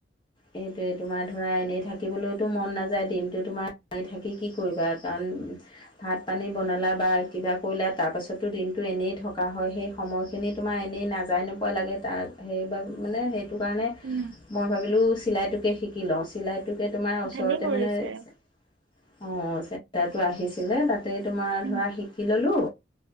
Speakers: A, on the left; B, on the right.
A: সেটোয়ে তোমাৰ ধৰা এনেই থাকিবলৈতো মন নাযায় দিনতো তোমাৰ মাৰি থাকি কি কৰিবা কাৰণ ভাত পানী বনালা বা কিবা কৰিলা তাৰপাছতো দিনটো এনেই থকা হয় সেই সময় খিনি তোমাৰ এনেই নাযায় নোপোৱা লাগে তাৰ সেইব মানে সেই সেইটো কাৰণে
B: উম
A: মই ভাবিলোঁ চিলাইটোকে শিকি লওঁ চিলাই সেইটোকে তোমাৰ ওচৰতে
B: ভালেই কৰিছে
A: মানে অ চেণ্টাৰটো আহিছিলে ত তাতেই তোমাৰ
B: উম
A: ধৰা শিকি ললোঁ